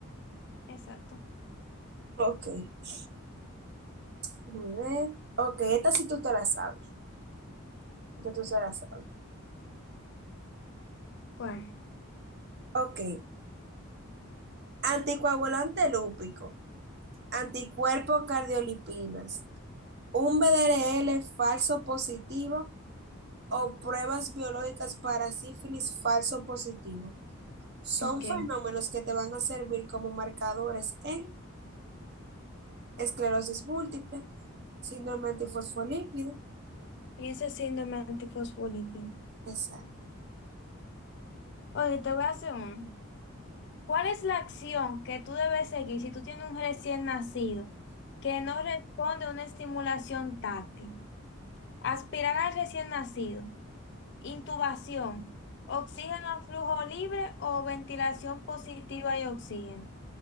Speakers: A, on the left; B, on the right.
A: Exacto.
B: Ok, a ver. Ok, esta sí tú te la sabes. Esta tú se la sabes.
A: ¿Cuál?
B: Ok. Anticoagulante lúpico. Anticuerpos cardiolipinas. Un BDRL falso positivo o pruebas biológicas para sífilis falso positivo. Son
A: Ok.
B: fenómenos que te van a servir como marcadores en esclerosis múltiple, síndrome antifosfolípido,
A: Y ese síndrome antifosfolípido.
B: exacto,
A: Oye, te voy a hacer uno. ¿Cuál es la acción que tú debes seguir si tú tienes un recién nacido que no responde a una estimulación táctil? Aspirar al recién nacido, intubación, oxígeno a flujo libre o ventilación positiva y oxígeno.